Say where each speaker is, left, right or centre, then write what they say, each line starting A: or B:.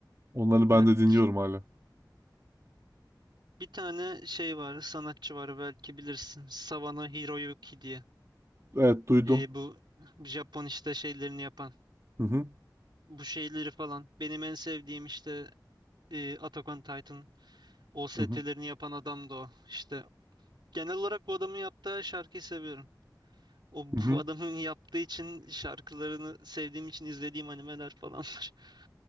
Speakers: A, on the right; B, on the right.
A: Onları ben
B: Evet.
A: de dinliyorum hala.
B: Bir tane şey var, sanatçı var belki bilirsin. Savano Hiroyuki diye.
A: Evet duydum.
B: E, bu Japon işte şeylerini yapan.
A: Hı hı.
B: Bu şeyleri falan. Benim en sevdiğim işte e, Attack on Titan OST'lerini
A: Hı hı.
B: yapan adam da o. İşte genel olarak bu adamın yaptığı her şarkıyı seviyorum. O
A: Hı
B: bu
A: hı.
B: <laughs> adamın yaptığı için şarkılarını sevdiğim için izlediğim animeler falan var. <laughs>